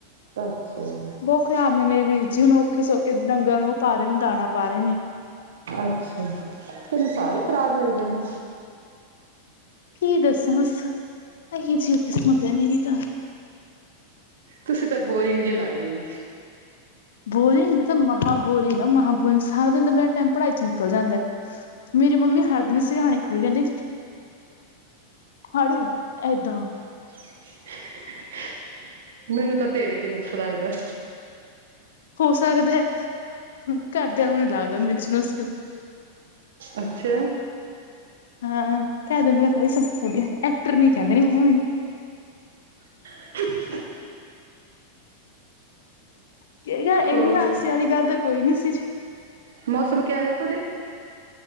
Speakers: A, on the right; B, on the left.
A: ਅੱਛਾ ਜੀ।
B: ਬਹੁਤ ਖ਼ਰਾਬ ਨੇ ਮੇਰੇ ਵੀਰ ਜੀ ਹੁਣ ਔਖੇ ਸੌਖੇ ਡੰਗਰਾਂ ਨੂੰ ਪਾ ਰਹੇ ਨੇ ਦਾਣਾ ਪਾ ਰਹੇ ਨੇ।
A: ਅੱਛਾ, ਤੈਨੂੰ ਸਾਰੇ ਖ਼ਰਾਬ ਮਿਲਦੇ ਨੇ।
B: ਕੀ ਦੱਸਾ ਬੱਸ ਇਹੀ ਜਿਹੀ ਕਿਸਮਤ ਐ ਮੇਰੀ ਤਾਂ।
A: ਤੁਸੀ ਤਾਂ ਬੋਰਿੰਗ ਜੇ ਲੱਗਦੇ ਓਗੇ।
B: ਬੋਰਿੰਗ ਮੈਂ ਤਾਂ ਮਹਾਂ ਬੋਰਿੰਗ ਆ ਮਹਾਂ ਬੋਰਿੰਗ। ਸਾਰਾ ਦਿਨ ਤਾਂ ਮੇਰਾ ਟੇਮ ਪੜ੍ਹਾਈ 'ਚ' ਨਿਕਲ ਜਾਂਦਾ। ਮੇਰੀ ਮੰਮੀ ਹਰ ਦਿਨ ਸਿਆਣੇ ਖੜੀ ਰਹਿੰਦੀ ਹੜ ਇਹਦਾ।
A: <unintelligible> ਮੈਨੂੰ ਤਾਂ ਤੇਰੇ 'ਚ ਨੁਕਸਾਨ ਲੱਗਦਾ।
B: ਹੋ ਸਕਦਾ ਏ, ਘਰਦਿਆਂ ਨੂੰ ਨੀ ਲੱਗਦਾ ਮੇਰੇ ਚ ਨੁਸਕ।
A: ਅੱਛਾ।
B: ਹਾਂ ਕਹਿ ਦਿੰਦੇ ਐ ਕੋਈ ਨੁਸਕ ਨੀ ਐ। ਐਕਟਰ ਨੀ ਕਹਿੰਦੇ ਮੰਮੀ ਮੈਨੂੰ।
A: <inaudible>
B: ਕਿਹੜਾ, ਇੰਨੀ
A: ਹੋਰ
B: ਹਾਸੇ ਵਾਲੀ ਗੱਲ ਤਾਂ ਕੋਈ ਨੀ ਸੀ ਜੀ।
A: ਮੌਸਮ ਕਿਆ ਯਾ ਥੋਡੇ?